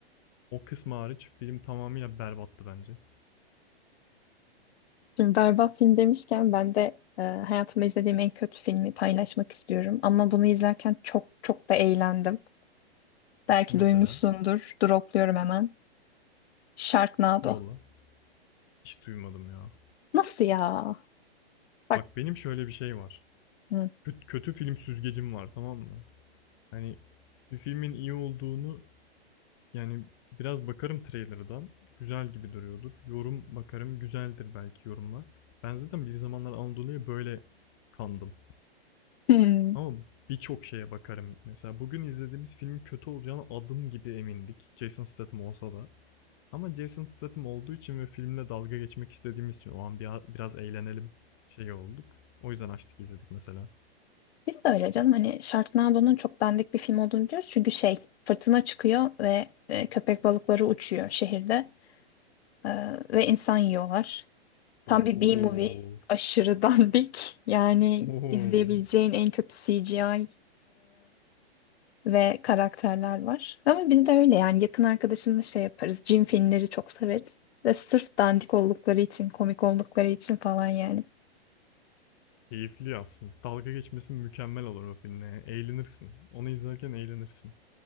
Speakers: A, on the left; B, on the left.
A: O kısmı hariç film tamamıyla berbattı bence.
B: Şimdi berbat film demişken ben de e, hayatımda izlediğim en kötü filmi paylaşmak istiyorum. Ama bunu izlerken çok çok da eğlendim. Belki
A: Mesela
B: duymuşsundur. Dropluyorum hemen. Sharknado.
A: yolla. Hiç duymadım ya.
B: Nasıl ya? Bak.
A: Bak benim şöyle bir şey var.
B: Hı. <laughs>
A: Kötü, kötü film süzgecim var tamam mı? Hani bir filmin iyi olduğunu yani biraz bakarım trailer'dan. Güzel gibi duruyordur. Yorum bakarım güzeldir belki yorumlar. Ben zaten bir zamanlar Anadolu'ya böyle kandım.
B: Hmm.
A: Ama birçok şeye bakarım. Mesela bugün izlediğimiz filmin kötü olacağına adım gibi emindik. Jason Statham olsa da. Ama Jason Statham olduğu için ve filmle dalga geçmek istediğimiz için o an bir, biraz eğlenelim şey olduk. O yüzden açtık izledik mesela.
B: Biz de öyle canım. Hani Sharknado'nun çok dandik bir film olduğunu biliyoruz. Çünkü şey fırtına çıkıyor ve e, köpek balıkları uçuyor şehirde. E, ve insan yiyorlar. Tam
A: Ohoho.
B: bir B-movie. Aşırı <laughs> dandik. Yani
A: Oho.
B: izleyebileceğin en kötü CGI ve karakterler var. Ama biz de öyle yani yakın arkadaşımla şey yaparız. Cin filmleri çok severiz. Ve sırf dandik oldukları için, komik oldukları için falan yani.
A: Keyifli aslında. Dalga geçmesi mükemmel olur o filmle. Eğlenirsin. Onu izlerken eğlenirsin.